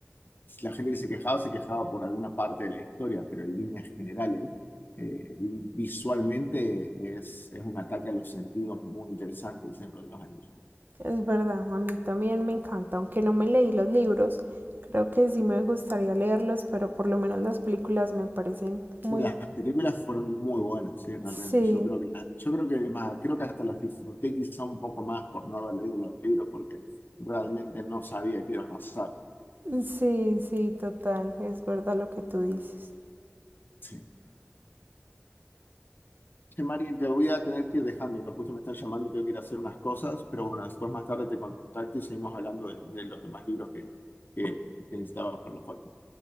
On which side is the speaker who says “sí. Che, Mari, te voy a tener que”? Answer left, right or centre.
Left